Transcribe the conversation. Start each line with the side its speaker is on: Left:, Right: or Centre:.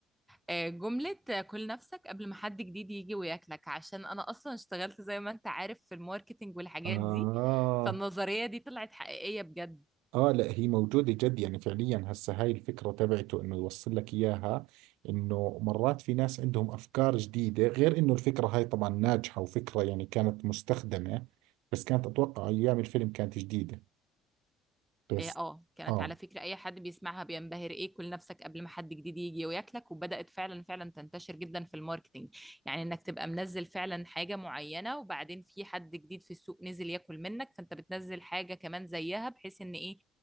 Centre: آه، جملة آه، كل نفسك قبل ما حد جديد يجي وياكلك عشان انا اصلا اشتغلت زي ما انت عارف في الماركتينج والحاجات
Right: اه
Centre: دي فالنظرية دي طلعت حقيقية بجد
Right: اه لا هي موجودة جد يعني فعليا هسه هاي الفكرة تبعته انه يوصل لك اياها انه مرات في ناس عندهم افكار جديدة غير انه الفكرة هاي طبعا ناجحة وفكرة يعني كانت مستخدمة بس كانت اتوقع ايام الفيلم كانت جديدة بس
Centre: إيه، اه كانت
Right: اه
Centre: على فكرة اي حد بيسمعها بينبهر ايه كل نفسك قبل ما حد جديد يجي وياكلك وبدأت فعلا فعلا تنتشر جدا في الماركتينج يعني انك تبقى منزل فعلا حاجة معينة وبعدين في حد جديد في السوق نزل ياكل منك فانت بتنزل حاجة كمان زيها بحيث ان ايه